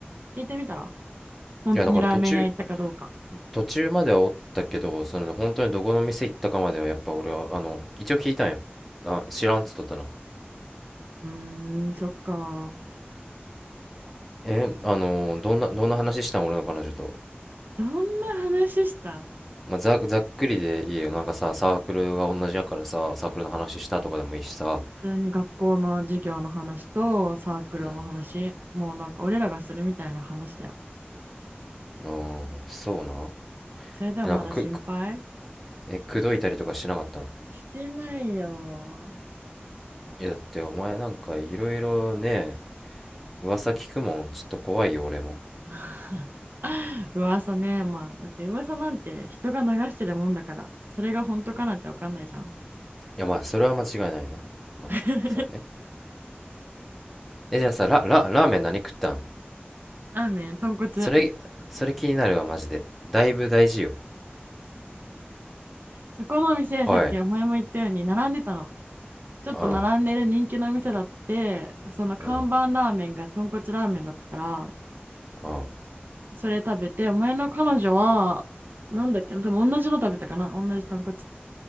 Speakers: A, on the right (about 55°); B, in the centre.
A: 聞いてみたら本当にラーメン屋行ったかどうか。
B: いやだから途中途中まではおったけどその本当にどこの店行ったかまではやっぱ俺はあの一応聞いたんやあ知らんっつっとったな
A: うーん、そっか。
B: えあのーどんなどんな話したん俺の彼女と、
A: どんな話した
B: まあ、ざざっくりでいいよなんかさサークルが同じやからさサークルの話したとかでもいいしさ
A: 普通に学校の授業の話とサークルの話。
B: うん
A: もうなんか俺らがするみたいな話だよ。
B: ああそうな
A: それでもまだ心配
B: えなんかくえ、口説いたりとかしなかったん
A: してないよ。
B: いや、だってお前なんかいろいろね、噂聞くもん。ちょっと怖いよ、俺も。
A: <laughs> 噂ね、まあ、だって噂なんて人が流してるもんだから、それが本当かなんてわかんないじゃん。
B: いや、まあ、それは間違いないな。まあ、
A: <laughs>
B: そうね。え、じゃあさ、ラ、ラ、ラーメン何食ったん
A: ラーメン、豚骨。
B: それ、それ気になるわ、マジで。だいぶ大事よ。
A: そこのお店、
B: おい、
A: さっきお前も言ったように並んでたの。ちょっと並んでる人気の店だって、
B: うん、
A: その看板ラーメンが豚骨ラーメンだったから、
B: うん、うん。
A: それ食べて、お前の彼女は、なんだっけな、多分同じの食べたかな、同じ豚骨。